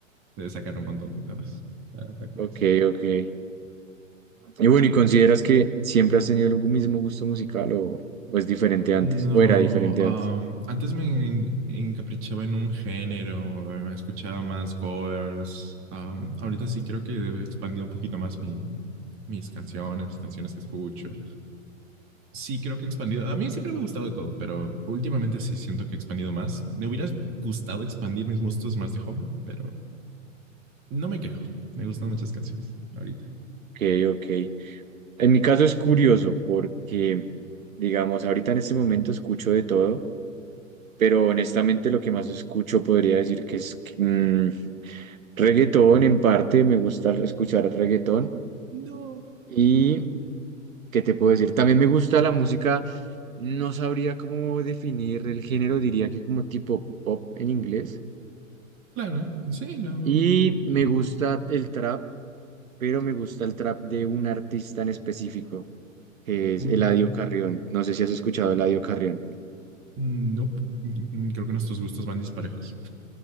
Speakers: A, on the right; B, on the right.
A: Se sacan un montón de cosas. Está, está curioso.
B: Ok, ok. Y bueno, ¿y consideras que siempre has tenido el gu- mismo gusto musical o, o es diferente antes?
A: No,
B: ¿O era diferente
A: am,
B: antes?
A: antes me en- encaprichaba en un género, me escuchaba más covers. am, ahorita sí creo que he expandido un poquito más mi, mis canciones, las canciones que escucho. Sí creo que he expandido. A mí siempre me ha gustado de todo, pero últimamente sí siento que he expandido más. Me hubiera gustado expandir mis gustos más de joven, pero no me quejo, me gustan muchas canciones ahorita.
B: Ok, ok. En mi caso es curioso porque, digamos, ahorita en este momento escucho de todo, pero honestamente lo que más escucho podría decir que es mm, reggaetón, en parte me gusta escuchar reggaetón
A: No,
B: y, ¿qué te puedo decir? También me gusta la música, no sabría cómo definir el género, diría que como tipo pop en inglés
A: claro, sí, lo, lo-
B: Y me
A: lo-
B: gusta el trap, pero me gusta el trap de un artista en específico, que es
A: Uy,
B: Eladio
A: ¿de qué?
B: Carrión. No sé si has escuchado a Eladio Carrión.
A: Nope. Mm, Creo que nuestros gustos van disparejos.